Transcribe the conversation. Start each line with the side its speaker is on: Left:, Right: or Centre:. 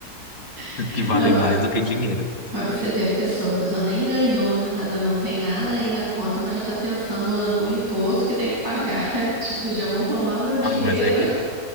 Right: <laughs>
Left: <laughs> que valem
Right: Não, mas,
Left: mais do que dinheiro.
Right: mas você vê a pessoa, a pessoa nem ganhou nada, não tem nada aí na conta, mas já tá pensando no imposto que tem que pagar. <laughs> Tipo, vocês já vão tomar meu dinheiro.
Left: Ah, mas é que